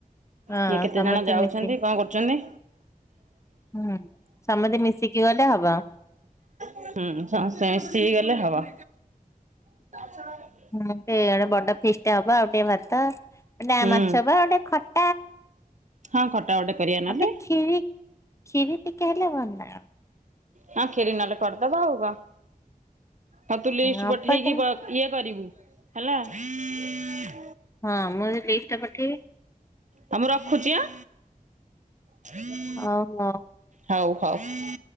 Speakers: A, on the left; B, on the right.
A: ହଁ
B: କିଏ କେତେ
A: ସମସ୍ତେ
B: ଜଣ ଯାଉଛନ୍ତି
A: ମିଶିକି
B: କଣ କରୁଛନ୍ତି?
A: ହୁଁ, ସମସ୍ତେ ମିଶିକି ଗଲେ ହବ।
B: ହୁଁ, ସମସ୍ତେ ମିଶିକି ଗଲେ ହବ। <inaudible>
A: ହୁଁ, ସେ ଆଡ଼େ ବଡ ଫିଷ୍ଟ ହବ। ଆଉ ଟିକେ ଭାତ, ଡାଁ
B: ହୁଁ
A: ମାଛ ହବ, ଆଉ ଟିକେ ଖ
B: ହଁ ଖଟା ଗୋଟେ କରିବା ନହେଲେ
A: ଆଉ ଖିରି ଖିରି ଟିକେ ହେଲେ ଭଲ।
B: ହଁ, କ୍ଷୀରୀ ନ ହେଲେ କରିଦବା ହଉ କଣ? ହଉ ତୁ ଲିଷ୍ଟ
A: ହବ
B: ପଠେଇକି
A: କି
B: ବା ଇଏ କରିବୁ ହେଲା। <unintelligible>
A: ହଁ, ମୁଁ ଲିଷ୍ଟ ଟା ପଠେଇବି।
B: ହଁ, ମୁଁ ରଖୁଛି ଆଁ। <unintelligible>
A: ହଉ ହୋ।
B: ହଉ ହଉ।